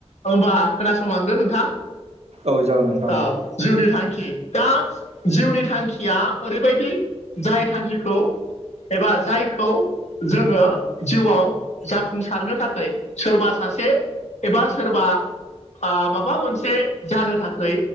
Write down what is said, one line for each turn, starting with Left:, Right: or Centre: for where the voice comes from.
Left: होनबा खोनासंलांदो नोंथां
Right: औ जागोन नोंथां
Left: औ जिउनि थांखि दा जिउनि थांखिया ओरैबायदि जाय थांखिखौ एबा जायखौ जोङो जिउआव जाफुंसारनो थाखाय सोरबा सासे एबा सोरबा माबा मोनसे जानो थाखै